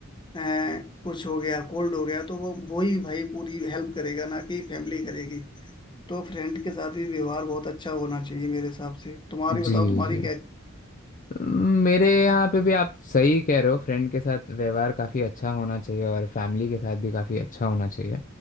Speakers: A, on the left; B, on the left.
A: अ, कुछ हो गया कोल्ड हो गया तो वो वो ही भाई पूरी हेल्प करेगा ना कि फैमिली करेगी तो फ्रेंड के साथ भी व्यवहार बहुत अच्छा होना चाहिए मेरे हिसाब से तुम्हारी बताओ
B: जी
A: तुम्हारी
B: जी
A: क्या
B: मेरे यहाँ पे भी आप सही कह रहे हो फ्रेंड के साथ व्यवहार काफ़ी अच्छा होना चाहिए और फैमिली के साथ भी काफ़ी अच्छा होना चाहिए